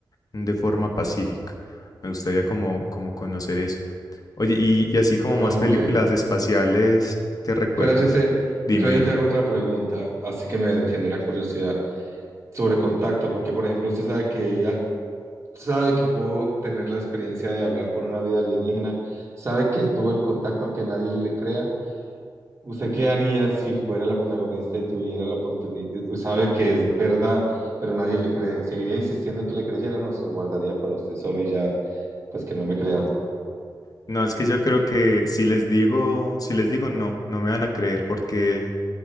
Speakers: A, on the left (about 50°); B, on the right (about 35°).
A: de forma pacífica. Me gustaría como, como conocer eso. Oye, y, y así como
B: Ok.
A: más películas espaciales que recuerdas.
B: Espera, yo te,
A: Dime,
B: espera,
A: dime.
B: yo te hago otra pregunta, así que me genera curiosidad sobre contacto, porque por ejemplo usted sabe que ella sabe que pudo tener la experiencia de hablar con una vida alienígena, sabe que tuvo el contacto aunque nadie le crea. ¿Usted qué haría si fuera la protagonista y tuviera la oportunidad? Sabe que es verdad, pero nadie le cree. ¿Seguiría insistiendo en que le creyeran o se lo guardaría para usted solo y ya, pues que no me crean?
A: No, es que yo creo que si les digo, si les digo no, no me van a creer porque